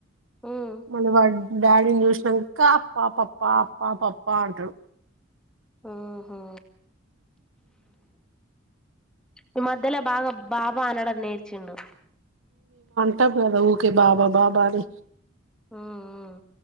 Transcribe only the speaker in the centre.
ఉమ్
ఉహు ఈ మధ్యల బాగా బాబా అనడ నేర్చిండు
ఉమ్,